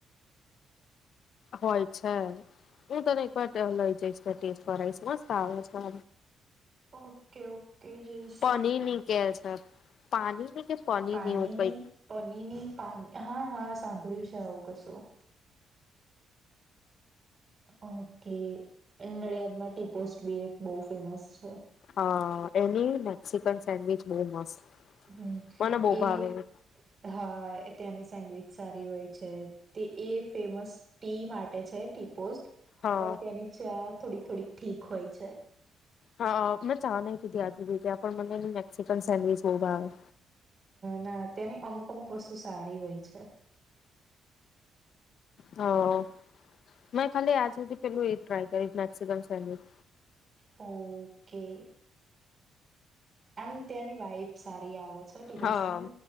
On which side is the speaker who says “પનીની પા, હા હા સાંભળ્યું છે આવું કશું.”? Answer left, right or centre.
Right